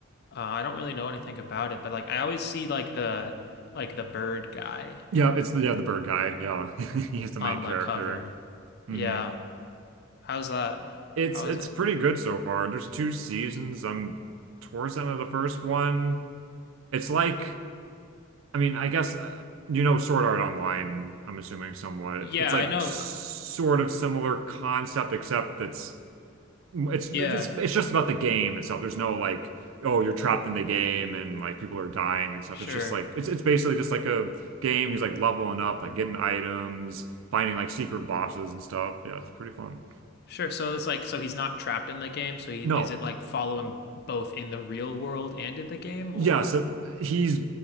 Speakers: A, on the left (about 50°); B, on the right (about 75°).
A: Uh I don't really know anything about it, but like I always see like the like the bird guy
B: Yeah, it's the yeah the bird guy. Yeah, <laughs> he's the
A: on
B: main character.
A: the cover. Yeah.
B: hmm
A: How's that?
B: It's
A: How
B: it's
A: is it?
B: pretty good so far. There's two seasons. I'm towards the end of the first one. It's like I mean, I guess uh, you know Sword Art Online, I'm assuming somewhat.
A: Yeah,
B: It's like
A: I know.
B: s- sort
A: uh,
B: of similar concept, except that's it's
A: Yeah,
B: it's it's just about the game itself. There's no like, oh, you're trapped in the game and like people are dying and stuff.
A: sure.
B: It's just like it's it's basically just like a game. He's like leveling up, like getting items, finding like secret bosses and stuff. Yeah, it's pretty fun.
A: Sure. So it's like so he's not trapped in the game, so he
B: No,
A: is it like follow him both in the real world and in the game or
B: yeah, so he's